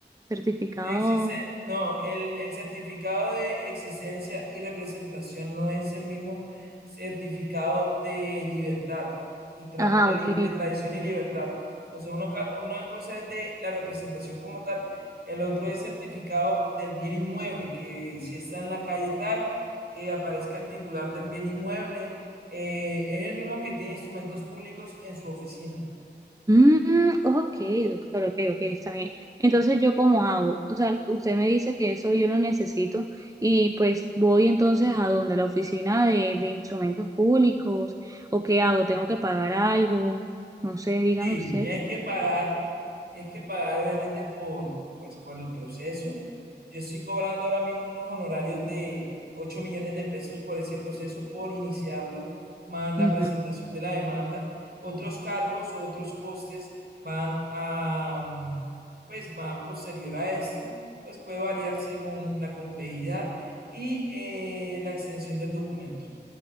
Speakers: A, on the right (about 20°); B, on the right (about 60°).
A: Certificado.
B: De existe, no, el, el certificado de existencia y representación no es el mismo certificado de libertad y tra-
A: Ajá,
B: de, li-
A: ok.
B: de tradición y libertad. Entonces, uno ca- una cosa es de la representación como tal, el otro es certificado del bien inmueble, que si está en la calle tal, que aparezca el titular del bien inmueble, eh, es el mismo que tiene instrumentos públicos en su oficina.
A: Mm, ok, doctor, ok, ok, está bien. Entonces, ¿yo cómo hago? O sea, usted me dice que eso yo lo necesito y pues voy entonces a donde la oficina de, de instrumentos públicos o qué hago, tengo que pagar algo, no sé, dígame
B: Sí,
A: usted.
B: tienes que pagar, tienes que pagar obviamente por, pues, por el proceso. Yo estoy cobrando ahora mismo unos honorarios de 8 millones de pesos por ese proceso, por iniciarlo, más la
A: Ujú.
B: presentación de la demanda. Otros cargos o otros costes van a, mm, pues van posterior a este, pues puede variar según la complejidad y eh, la extensión del documento.